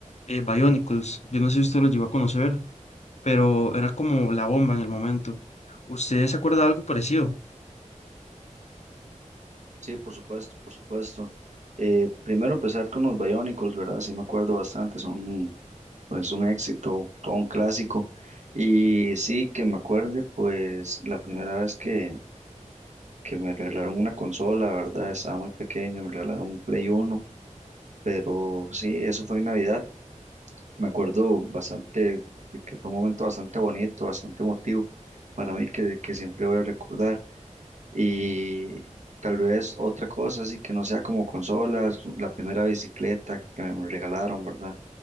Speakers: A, on the left; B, on the right.
A: eh, Bionicles. Yo no sé si usted los llegó a conocer, pero era como la bomba en el momento. ¿Usted se acuerda de algo parecido?
B: Sí, por supuesto, por supuesto. Eh, primero empezar con los Biónicos, ¿verdad? Sí, me acuerdo bastante, son pues un éxito, todo un clásico. Y sí, que me acuerde, pues la primera vez que, que me regalaron una consola, ¿verdad? Estaba muy pequeño, me regalaron un Play Uno, pero sí, eso fue en Navidad. Me acuerdo bastante, que fue un momento bastante bonito, bastante emotivo para mí que, que siempre voy a recordar. Y tal vez otra cosa, así que no sea como consolas, la primera bicicleta que me regalaron, ¿verdad?